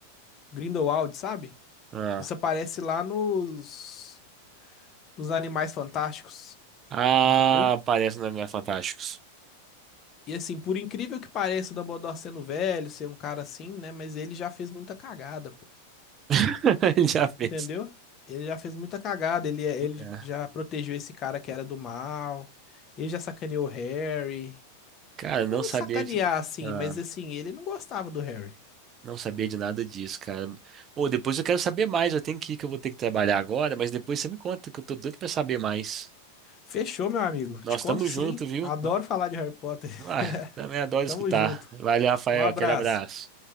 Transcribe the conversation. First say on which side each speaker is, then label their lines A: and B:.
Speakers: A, on the left (about 30°); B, on the right (about 30°).
A: Grindelwald, sabe?
B: Ah,
A: Isso aparece lá nos nos Animais Fantásticos,
B: ah
A: entendeu?
B: aparece nos Animais Fantásticos.
A: E assim, por incrível que pareça o Dumbledore sendo velho, ser um cara assim, né, mas ele já fez muita cagada, pô.
B: <laughs> Ele já fez.
A: Entendeu? Ele já fez muita cagada, ele é, ele
B: Ah,
A: já protegeu esse cara que era do mal. Ele já sacaneou o Harry.
B: Cara, eu não
A: Não
B: sabia
A: sacanear
B: de,
A: assim,
B: ah,
A: mas assim, ele não gostava do Harry.
B: não sabia de nada disso, cara. Ou depois eu quero saber mais, eu tenho que ir, que eu vou ter que trabalhar agora, mas depois você me conta, que eu tô doido pra saber mais.
A: Fechou, meu amigo.
B: Nós
A: Te conto
B: tamo
A: sim.
B: junto, viu?
A: Adoro falar de Harry Potter. <laughs>
B: Ah, também adoro
A: Tamo
B: escutar.
A: junto.
B: Valeu, Rafael,
A: Um abraço.
B: aquele abraço.